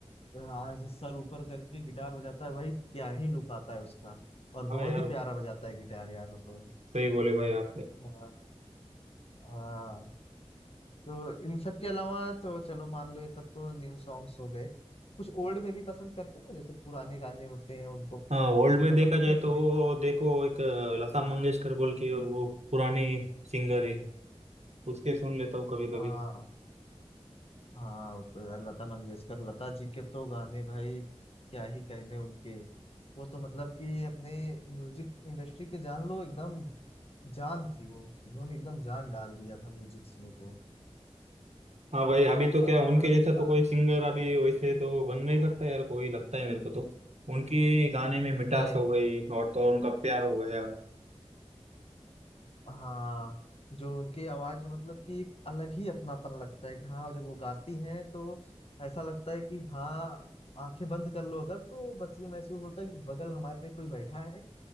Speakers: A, on the left; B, on the right.
A: हाँ ऐसे सर ऊपर करके गिटार बजाता है भाई क्या ही लुक आता है उसका और
B: हाँ
A: बहुत
B: यार
A: ही प्यारा बजाता है गिटार यार वो तो
B: सही बोले भाई आपने
A: हाँ हाँ तो इन सब के अलावा तो चलो मान लो ये सब तो न्यू सॉन्ग्स हो गए कुछ ओल्ड में भी पसंद करते हो जैसे पुराने गाने होते हैं उनको
B: हाँ ओल्ड
A: सुनना
B: में देखा
A: पसंद
B: जाए
A: है कि
B: तो
A: नहीं
B: वो देखो एक अ, लता मंगेशकर बोल के वो पुरानी सिंगर है उसके सुन लेता हूँ कभी कभी
A: हाँ हाँ वो तो यार लता मंगेशकर लता जी के तो गाने भाई क्या ही कहने उनके वो तो मतलब कि अपने म्यूजिक इंडस्ट्री के जान लो एकदम जान थी वो उन्होंने एकदम जान डाल दिया था म्यूजिक में तो
B: हाँ
A: आ,
B: भाई
A: और
B: अभी तो क्या उनके जैसा
A: पुरा-
B: तो कोई सिंगर अभी वैसे तो बन नहीं सकता यार कोई लगता है मेरे को तो उनकी गाने में मिठास
A: नहीं
B: हो गई और तो और उनका प्यार हो गया
A: हाँ जो उनकी आवाज में मतलब कि एक अलग ही अपनापन लगता है कि हाँ जब वो गाती हैं तो ऐसा लगता है कि हाँ आंखें बंद कर लो अगर तो बस ये महसूस होता है कि बगल हमारे कोई बैठा है